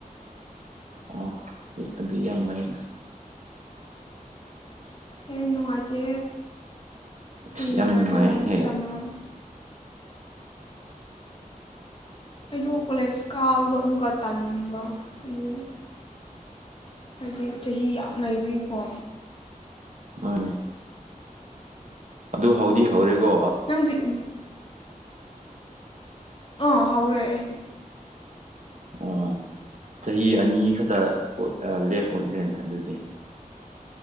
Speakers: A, on the right; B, on the left.
A: ꯑꯣ ꯑꯗꯨ ꯌꯥꯝ ꯅꯨꯉꯥꯏꯅ
B: ꯍꯦ ꯅꯨꯡꯉꯥꯏꯇꯦ
A: ꯑꯁ
B: ꯀꯔꯤ ꯅꯨꯡꯉꯥꯏꯗꯣꯏꯅꯣ
A: ꯌꯥꯝ ꯅꯨꯡꯉꯥꯏꯍꯦ
B: ꯁꯤ ꯇꯥꯝꯃꯒ ꯑꯩꯗꯣ ꯀꯣꯂꯦꯖ ꯀꯥꯕꯗꯣ ꯑꯃꯨꯛꯀ ꯇꯥꯟꯕ ꯑꯗꯨꯏ ꯍꯥꯏꯗꯤ ꯆꯍꯤ ꯌꯥꯝ ꯂꯩꯕꯒꯤꯀꯣ
A: ꯃꯥꯅꯦ ꯑꯗꯨ ꯍꯧꯗꯤ ꯍꯧꯔꯦꯒꯣ
B: ꯅꯪ <unintelligible> ꯑꯥ ꯍꯧꯔꯦ ꯑꯩ
A: ꯑꯣ ꯆꯍꯤ ꯑꯅꯤ ꯈꯛꯇ ꯂꯦꯐ ꯑꯣꯏꯈ꯭ꯔꯦꯅꯦ ꯑꯗꯨꯗꯤ